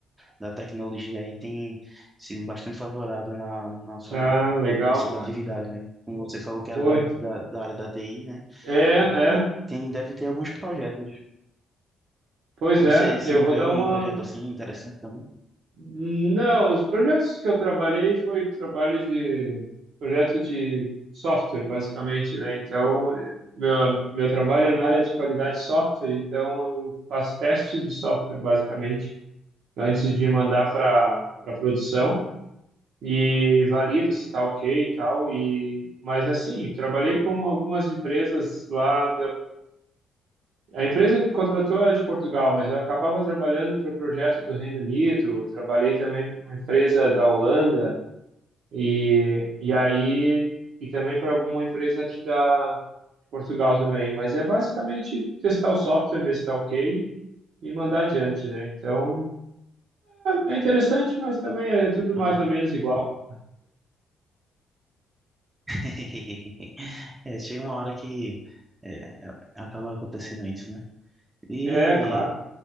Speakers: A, on the right (about 15°); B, on the right (about 70°).
A: da tecnologia aí tem sido bastante favorável na nossa
B: Ah, legal,
A: nossas
B: cara.
A: atividades, né? Como você falou que era
B: Pô,
A: da,
B: é,
A: da, da área da TI, né?
B: é.
A: E Tem, deve ter alguns projetos.
B: Pois
A: Você
B: é,
A: se
B: eu
A: envolveu
B: vou dar uma.
A: em um projeto assim interessante também?
B: Não, os projetos que eu trabalhei foi trabalho de projeto de software, basicamente, né? Então, eh, meu, meu trabalho é na área de qualidade de software, então eu faço testes de software, basicamente, antes de mandar para para produção e valido se está ok e tal. E, mas assim, trabalhei com algumas empresas lá a empresa que contratou era de Portugal, mas eu acabava trabalhando para o projeto do Reino Unido, trabalhei também para uma empresa da Holanda e, e aí e também para alguma empresa aqui da de Portugal também. Mas é basicamente testar o software, ver se está ok e mandar adiante, né? Então é é interessante, mas também é tudo
A: Ah.
B: mais ou menos igual.
A: <laughs> É, chega uma hora que é, acaba acontecendo isso, né? E
B: É, claro,